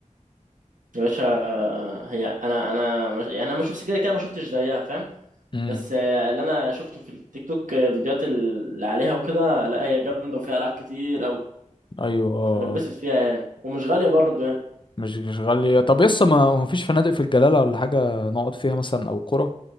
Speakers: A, on the right (about 85°); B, on the left (about 40°).
A: يا باشا آه، هي انا انا مش يعني انا ما شفتش كده كده ما شفتش زيها فاهم
B: امم
A: بس آه، اللي انا شفته في التيك توك آه، الفيديوهات اللي عليها وكده لا هي جامده وفيها العاب كتير قوي
B: ايوه اه
A: انا اتبسط فيها يعني ومش غاليه برضو يعني
B: مش مش غالية طب يس ما هو مفيش فنادق في الجلالة ولا حاجة نقعد فيها مثلا او قرى